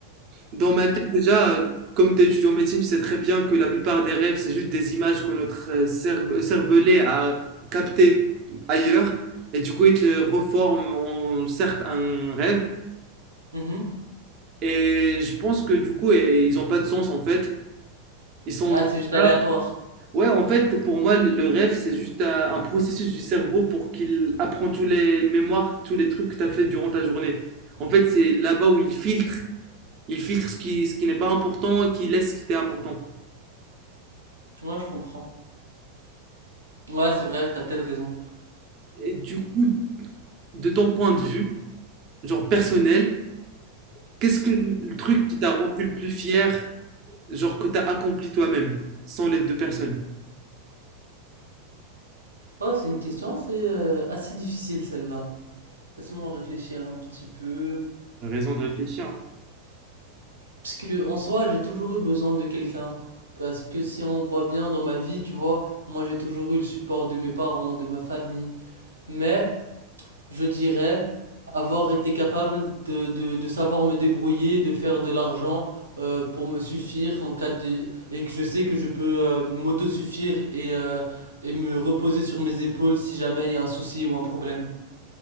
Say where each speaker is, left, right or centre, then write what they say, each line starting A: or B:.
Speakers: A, on the right; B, on the right.
A: Dans ma tête, déjà, euh, comme tu es étudiant en médecine, tu sais très bien que la plupart des rêves, c'est juste des images que notre euh, cerve- euh, cervelet a captées ailleurs. Et du coup, il te les reforme en certes un rêve.
B: Mhm.
A: Et je pense que du coup, eh, ils n'ont pas de sens en fait. Ils sont
B: Ah,
A: juste
B: c'est juste aléatoire.
A: là. Ouais, en fait, pour moi, le le rêve, c'est juste un, un processus du cerveau pour qu'il apprend tous les mémoires, tous les trucs que tu as fait durant ta journée. En fait, c'est là-bas où il filtre. Il filtre ce qui, ce qui n'est pas important et qui laisse ce qui était important.
B: Ouais, je comprends. Ouais, c'est vrai, t'as peut-être raison.
A: Et du coup, de ton point de vue, genre personnel, qu'est-ce que le truc qui t'a rendu le plus fier, genre que t'as accompli toi-même, sans l'aide de personne?
B: Oh, c'est une question assez, euh, assez difficile celle-là. Laisse-moi réfléchir un petit peu.
A: T'as raison de réfléchir. hein.
B: Parce que en soi, j'ai toujours eu besoin de quelqu'un. Parce que si on voit bien dans ma vie, tu vois, moi j'ai toujours eu le support de mes parents, de ma famille. Mais je dirais avoir été capable de, de, de savoir me débrouiller, de faire de l'argent euh, pour me suffire en cas de... Et que je sais que je peux euh, m'autosuffire et, euh, et me reposer sur mes épaules si jamais il y a un souci ou un problème.